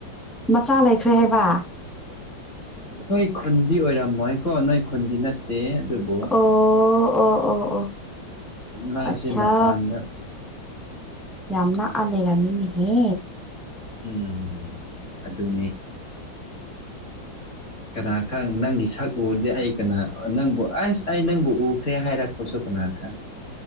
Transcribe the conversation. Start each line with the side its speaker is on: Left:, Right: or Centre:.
Centre: ꯃꯆꯥ ꯂꯩꯈ꯭ꯔꯦ ꯍꯥꯏꯕ
Left: ꯅꯣꯏ ꯈꯨꯟꯗꯤ ꯑꯣꯏꯔꯝꯃꯣꯏ ꯀꯣ ꯅꯣꯏ ꯈꯨꯟꯗꯤ ꯅꯠꯇꯦ ꯑꯗꯨ
Centre: ꯑꯣ ꯑꯣ ꯑꯣ ꯑꯣ
Left: ꯃꯥꯁꯦ
Centre: ꯑꯁꯥ
Left: ꯃꯄꯥꯟꯗ
Centre: ꯌꯥꯝ ꯅꯛꯑ ꯂꯩꯔꯝꯃꯤꯅꯦꯍꯦ
Left: ꯎꯝ ꯑꯗꯨꯅꯤ ꯀꯅꯥ ꯈꯪ ꯅꯪꯒꯤ ꯁꯛ ꯎꯔꯗꯤ ꯑꯩ ꯀꯅꯥ ꯅꯪꯕꯨ ꯑꯁ ꯑꯩ ꯅꯪꯕꯨ ꯎꯈ꯭ꯔꯦ ꯍꯥꯏꯔꯛꯄꯁꯨ ꯀꯅꯥ ꯈꯪ